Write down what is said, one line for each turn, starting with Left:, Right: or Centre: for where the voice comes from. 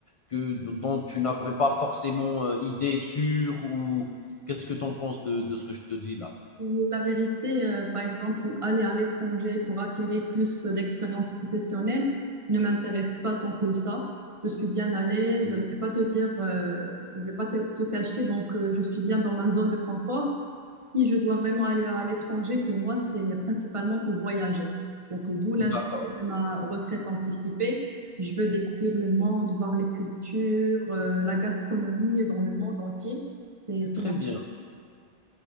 Left: que dont tu n'avais pas forcément, heu, idée sûre ou Qu'est-ce que tu en penses de de ce que je te dis là?
Right: La vérité, euh, par exemple, aller à l'étranger pour acquérir plus d'expérience professionnelle ne m'intéresse pas tant que ça. Je suis bien à l'aise.
Left: Oui. Mmh.
Right: Je vais pas te dire, euh, je vais pas te, te cacher. Donc, euh, je suis bien dans ma zone de confort. Si je dois vraiment aller à l'étranger, pour moi, c'est principalement pour voyager. Donc, euh, d'où l'intérêt
Left: D'accord,
Right: de ma retraite anticipée. Je veux découvrir le monde, voir les cultures, euh, la gastronomie dans le monde entier. C'est,
Left: c'est
Right: c'est
Left: très
Right: mon.
Left: bien,